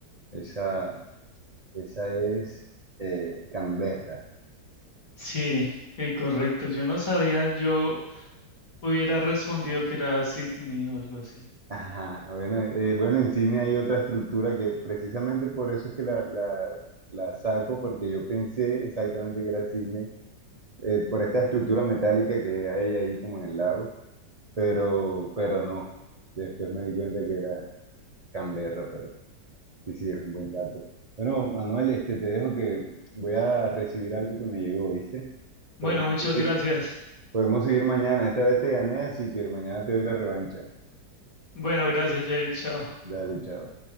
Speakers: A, on the right; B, on the left.
A: esa, esa es eh, Canberra.
B: Sí, eh, correcto. Yo no sabía, yo hubiera respondido que era Sydney o algo así.
A: Ajá, bueno, eh, bueno, en cine hay otra estructura que precisamente por eso es que la, la, la saco, porque yo pensé exactamente que era cine, eh, por esta estructura metálica que hay ahí como en el lago, pero, pero no, después me di cuenta que era Canberra, pero sí, sí, es un buen dato. Bueno, Manuel, este, te dejo que voy a recibir algo que me llegó, ¿viste?
B: Bueno,
A: Podemos
B: muchas
A: seguir,
B: gracias.
A: podemos seguir mañana, esta vez te gané, así que mañana te doy la revancha.
B: Bueno, gracias, Jair. Chao.
A: Dale, chao.